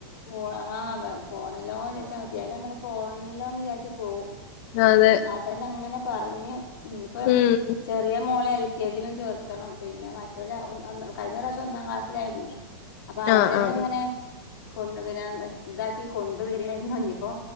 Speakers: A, on the left; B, on the left.
A: പോ ആഹ് പോണല്ലോ ചാര്ച്ചമതി അല്ലെ അമ്മള് പോണല്ലോന്ന് വിചാര്ച്ച് പോവും.
B: അതെ.
A: ന്നതന്നെങ്ങനെ പറഞ്ഞ് ന്നിപ്പം
B: ഉം.
A: ചെറിയ മോളെ എൽ കെജിലും ചേർക്കണം പിന്നെ മറ്റൊര കഴിഞ്ഞ പ്രാവശ്യം ഒന്നാം ക്ലാസ്സിലായിരുന്നു. അപ്പൊ അവര്
B: ആഹ്
A: തന്നങ്ങനെ
B: ആഹ് ആഹ്.
A: കൊണ്ടു വരാ ഇതാക്കി കൊണ്ട് വരായ്രുന്നു ന്നിപ്പൊ.